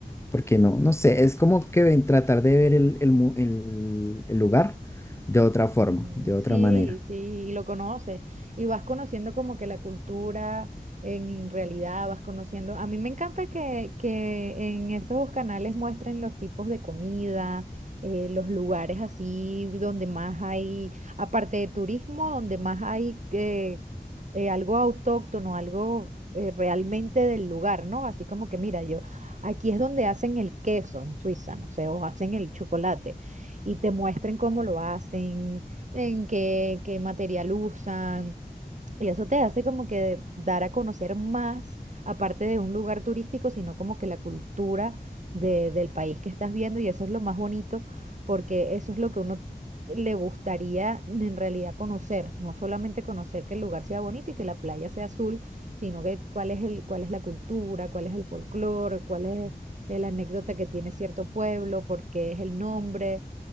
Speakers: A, on the left; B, on the right.
A: porque no, no sé, es como que ven- tratar de ver el, el mu- el- el lugar de otra forma,
B: Ujú.
A: de otra
B: Sí,
A: manera.
B: sí, y lo conoces. Y vas conociendo como que la cultura en realidad, vas conociendo. A mí me encanta que, que en esos canales muestren los tipos de comida, eh, los lugares así donde más hay, aparte de turismo, donde más hay eh, eh, algo autóctono, algo eh, realmente del lugar, ¿no? Así como que mira, yo, aquí es donde hacen el queso en Suiza, no sé, o hacen el chocolate y te muestren cómo lo hacen en qué, qué material usan, y eso te hace como que dar a conocer más, aparte de un lugar turístico, sino como que la cultura de- del país que estás viendo, y eso es lo más bonito, porque eso es lo que uno le gustaría en realidad conocer, no solamente conocer que el lugar sea bonito y que la playa sea azul, sino que cuál es el, cuál es la cultura, cuál es el folclore, cuál es la anécdota que tiene cierto pueblo, por qué es el nombre